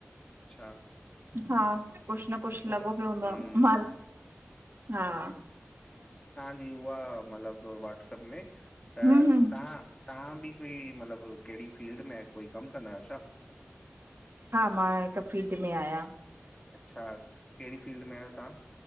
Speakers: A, on the left (about 25°); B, on the right (about 55°).
A: अच्छा
B: हा, कुछ न - कुछ
A: उह
B: लॻो प्यो हूंदो
A: हम्म
B: आ, हा।
A: कि हूअ मतलब व्हाट्सएप में, त
B: हम्म
A: तां तां बि कोई, मलब, केड़ी फील्ड में कोई कम कंदा आयो छा?
B: हा, मां हिक फील्ड में आयां।
A: अच्छा, केड़ी फील्ड में आयो तां?